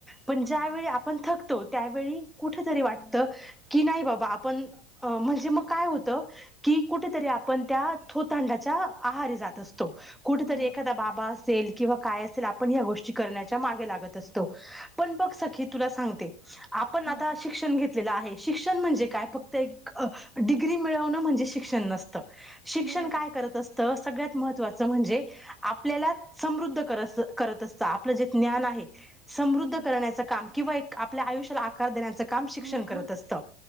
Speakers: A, in the centre; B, on the right.
A: पण
B: हा
A: ज्यावेळी
B: हा
A: आपण थकतो त्यावेळी कुठं तरी वाटत की नाही बाबा आपण अ म्हणजे मग काय होत की कुठेतरी आ आपण त्या थोतांडाच्या आहारी जात असतो कुठेतरी
B: बरोबर
A: एखादा बाबा असेल किंवा काय अस ल आपण हया गोष्टी करण्याची मागे लागत असतो पण बघ सखी तुला सांगते आपण
B: हा
A: आता
B: हा
A: शिक्षण घेत लेल आहे शिक्षण म्हणजे काय फक्त एक अ डिग्री मिळवणं म्हणजे शिक्षण नसतं शि क्षण
B: बरोबर
A: काय करत असतं सगळ्यात महत्वाच म्हणजे आपल्याला समृद्ध करस करत असत आपलं जे ज्ञान आहे समृद्ध
B: हम्म
A: करण्याच
B: हम्म
A: काम किंवा एक आपल्या आयुष्याला आकार देण्याच काम शिक्षण
B: हो
A: करत
B: मग
A: असत.